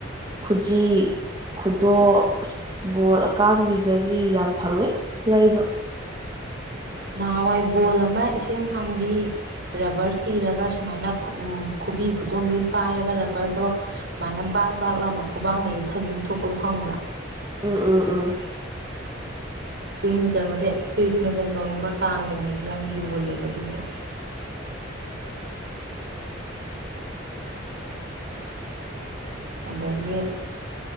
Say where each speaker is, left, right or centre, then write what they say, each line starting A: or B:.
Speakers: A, on the right; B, on the right.
A: ꯈꯨꯖꯤ ꯈꯨꯗꯣꯞꯕꯣꯜ ꯑꯀꯥꯡꯕꯤꯗꯒꯤ ꯌꯥꯝ ꯐꯪꯉꯦ ꯂꯩꯕ
B: ꯅꯍꯥꯟꯋꯥꯏ ꯕꯣꯜ ꯑꯃ ꯏꯁꯤꯡ ꯍꯥꯟꯕꯤ ꯔꯕꯔ ꯊꯤꯔꯒ ꯁꯨꯃꯥꯏꯅ ꯈꯨꯕꯤ ꯈꯨꯗꯣꯝꯕꯤ ꯄꯥꯏꯔꯒ ꯔꯕꯔꯗꯣ ꯁꯨꯃꯥꯏꯅ ꯕꯥꯛ ꯕꯥꯛ ꯂꯥꯎꯅ ꯈꯨꯕꯥꯡꯅ ꯌꯩꯊꯕꯤ ꯑꯃ ꯊꯣꯛꯄꯗꯣ ꯍꯪꯕ꯭ꯔꯥ
A: ꯎꯝ ꯎꯝ ꯎꯝ
B: ꯎ ꯇꯨꯔꯤꯁꯅꯖꯟꯕꯗꯤ ꯇꯨꯔꯤꯁꯅꯖꯟꯕꯒꯨꯝꯕ ꯀꯥꯡꯒꯨꯝꯕꯁꯦ ꯌꯥꯝ ꯌꯣꯜꯂꯦꯕ ꯑꯗꯨꯗꯣ ꯑꯗꯒꯤ